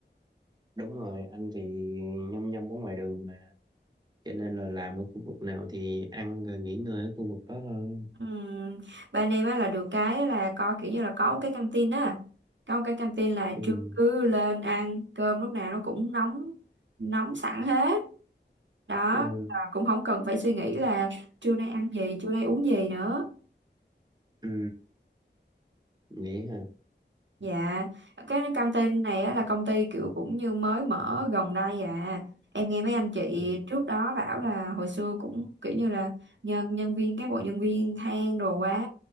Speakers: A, on the right; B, on the right.
A: đúng rồi anh thì nhăm nhăm ở ngoài đường mà cho nên là làm ở khu vực nào thì ăn rồi nghỉ ngơi ở khu vực đó thôi
B: Ừm, bên em á là được cái là có kiểu như là có một cái căng tin á có một cái căng tin là
A: ừ.
B: trưa cứ lên ăn cơm lúc nào nó cũng nóng nóng sẵn hết đó
A: Ừ.
B: và cũng không cần phải suy nghĩ là trưa nay ăn gì trưa nay uống gì nữa
A: Ừ. nghĩ hả
B: Dạ, cái căng tin này á, là công ty kiểu cũng như mới mở gần đây à. Em nghe mấy anh chị
A: ừ.
B: trước đó bảo là hồi xưa cũng kiểu như là nhân nhân viên cán bộ nhân viên than đồ quá.